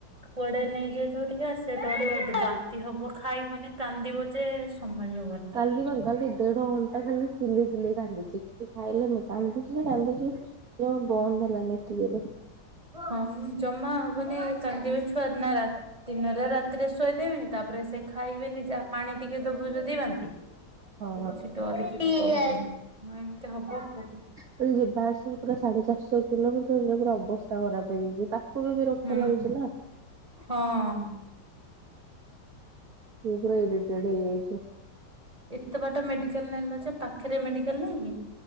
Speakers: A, on the right; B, on the right.
A: କୁଆଡେ ନେଇଯାଇଥିବ ଟିକେ ଆସିବତ ବାନ୍ତି ହବ ଖାଇବନି କାନ୍ଦିବ ଯେ ସୋ ସମ୍ଭାଳି ହବନି। ତାକୁ।
B: କାଲି ବା କାଲି ଦେଢ ଘଣ୍ଟା ଖାଲି ଚିଲେଇ ଚିଲେଇ କାନ୍ଦିଚି କିଛି ଖାଇଲାନି କାନ୍ଦିଚି ଯେ କାନ୍ଦିଚି। ଜମା ବନ୍ଦ ହେଲାନି ଏତେଯୋରେ।
A: ହଁମ ଜମା ହବନି କାନ୍ଦିବେ ଛୁଆର ନା ରାତି ଦିନରେ ରାତିରେ ଶୋଇଦେବେନି ତାପରେ ସେ ଖାଇବେନି ଯାହା ପାଣି ଟିକେ ଦବୁ ଯଦି ବାନ୍ତି।
B: ହଁ
A: ଠିକ୍ ଅଛି ଡରି ଛିକି କହି ପାରିବିନି ମୁଁ ଏମିତି ହବ କ
B: ମୁଁ କହିଲି ଯିବା ଆସିବା ପୁରା ସାଢେ ଚାରିଶହ କିଲୋମିଟର ଯିବ ପୁରା ଅ ଅ ବସ୍ତା ଖରାପ୍ ହେଇଯାଇଚି ତା କୋବି ବିରକ୍ତ
A: ହୁଁ
B: ଲାଗୁଚି ନା।
A: ହଁ।
B: ଇଏ ପୁରା ଇଡିଟେଡ୍ ହେଇଯାଇଚି।
A: ଏତେ ବାଟ ମେଡିକାଲ ନେଲଯେ ପାଖରେ ମେଡିକାଲ ନହିଁ କି?